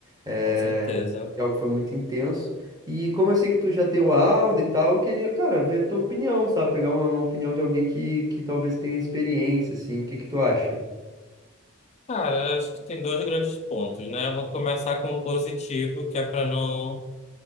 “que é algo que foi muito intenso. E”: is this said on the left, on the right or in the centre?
Right